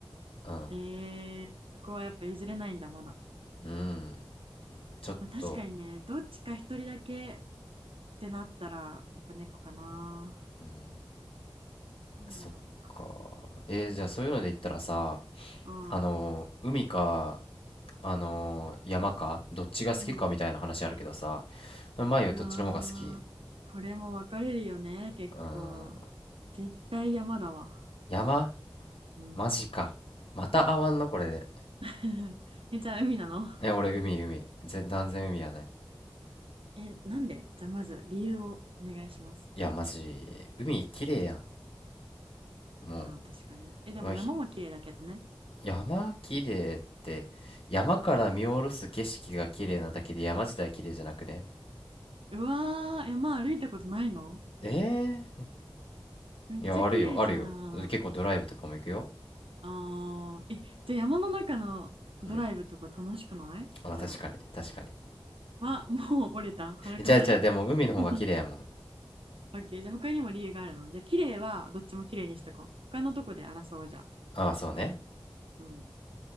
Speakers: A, on the left (about 80°); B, on the right (about 75°).
A: うん。
B: ええそこはやっぱ譲れないんだ、まだ。
A: うん。ちょっと、
B: まあ、確かにね、どっちか一人だけってなったら、やっぱ猫かな。
A: うん。
B: なんだろうか。
A: そっか。えーじゃあそういうので言ったらさ、
B: そうか。あ、
A: あのー海か、あのー山か、どっちが好きかみたいな話あるけどさ、
B: うん。
A: 前はどっちの方が好き
B: うわー、これも分かれるよね、結構。
A: うん。
B: 絶対山だわ。
A: 山
B: うん。
A: マジか。また会わんのこれで。
B: <laughs> え、じゃあ海なの
A: え、俺海、海。全、断然海やね。
B: え、なんでじゃあまず理由をお願いします。
A: いや、マジ、海綺麗やん。も
B: まあ確かに。え、でも山も綺麗だけどね。
A: う、まあひ山綺麗って、山から見下ろす景色が綺麗なだけで山自体綺麗じゃなくね
B: うわー、山歩いたことないの
A: ええ
B: めっちゃ綺麗じゃん。
A: ー、いや、あるよ、あるよ。結構ドライブとかも行くよ。
B: あーえ、じゃあ山の中のドライブとか楽しくないじゃあ。
A: うん。まあ、確かに、確かに。
B: は、もう折れた早くない
A: じゃあ、じゃあ、でも海の方が綺麗やもん。
B: <laughs> オッケー、じゃあ他にも理由があるので。じゃあ綺麗はどっちも綺麗にしとこう。他のとこで争おうじゃあ。
A: ああ、そうね。
B: うん。